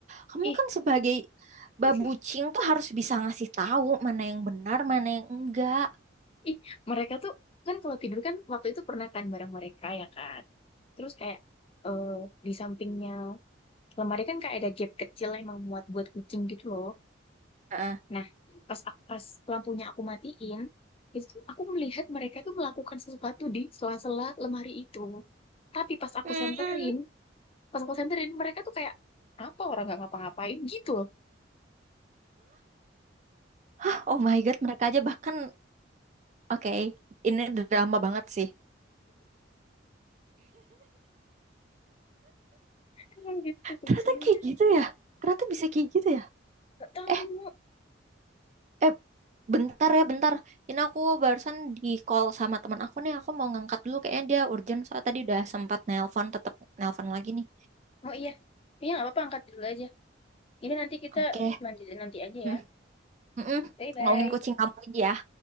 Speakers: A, on the right (about 35°); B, on the left (about 30°).
A: Kamu
B: ih
A: kan sebagai babucing
B: <laughs>
A: tuh harus bisa ngasih tahu mana yang benar, mana yang enggak.
B: ih mereka tuh kan kalau tidur kan waktu itu pernah kan bareng mereka ya kan terus kayak eh di sampingnya lemari kan kayak ada gap kecil emang muat buat kucing gitu loh
A: Nah,
B: nah pas pas lampunya aku matiin itu tuh aku melihat mereka tuh melakukan sesuatu di sela-sela lemari itu tapi pas aku
A: hmm,
B: senterin pas aku senterin mereka tuh kayak apa orang nggak ngapa-ngapain gitu loh
A: hah, oh my God, mereka aja bahkan, oke, ini drama banget sih.
B: Emang gitu kucingnya.
A: Ternyata kayak gitu ya, ternyata bisa kayak gitu ya.
B: Gak tahu.
A: Eh, Eh, bentar ya, bentar. Ini aku barusan di call sama teman aku nih. Aku mau ngangkat dulu. Kayaknya dia urgent. Soalnya tadi udah sempat nelpon, tetap nelpon lagi nih.
B: Oh iya. Iya nggak apa-apa angkat dulu aja. Ini nanti kita
A: Oke.
B: lanjutin nanti aja
A: Hmm,
B: ya.
A: mm-mm.
B: Bye-bye.
A: Ngomongin kucing kamu lagi ya.